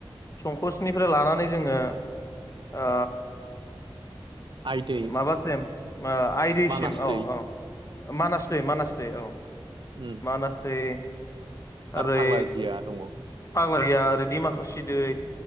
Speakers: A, on the left; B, on the right.
A: संकस निफ्राय लानानै जोङो ओ
B: आइ दै
A: माबा सेम ओ आय दिसिम
B: मानास
A: औ
B: दै
A: औ मानास दै मानास दै औ
B: उम
A: मानास दै
B: आरो
A: ओरै
B: फाग्ला दिया दङ
A: फाग्लादिया ओरै दिमकुसि दै